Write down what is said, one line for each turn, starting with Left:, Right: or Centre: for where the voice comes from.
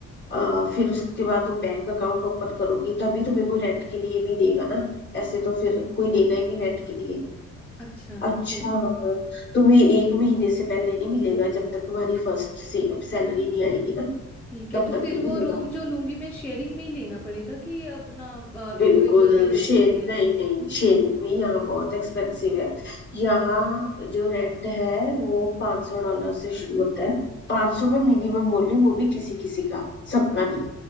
Left: आ, फिर उसके बाद तुम बैंक अकाउंट ओपन करोगी तभी तुम्हें कोई रेंट के लिए भी देगा ना ऐसे तो फिर कोई देगा ही नहीं रेंट के लिए
Centre: अच्छा
Left: अच्छा
Centre: ठीक है
Left: हाँ, तुम्हें एक महीने से पहले नहीं मिलेगा जब तक तुम्हारी फर्स्ट से सैलरी नहीं आएगी ना
Centre: ठीक
Left: तब
Centre: है तो
Left: तक
Centre: फिर
Left: नहीं
Centre: वो
Left: मिलेगा
Centre: रूम जो लूंगी मैं शेयरिंग में ही लेना पड़ेगा कि अपना
Left: बिल्कुल
Centre: इंडिविजुअल भी ले
Left: शेर
Centre: सकते हैं
Left: नहीं नहीं शेयरिंग में यहाँ बहुत एक्सपेंसिव है यहाँ जो रेंट है वो पाँच सौ डॉलर से शुरू होता है पाँच सौ में मिनिमम बोल रही हूँ वो भी किसी किसी का सबका नहीं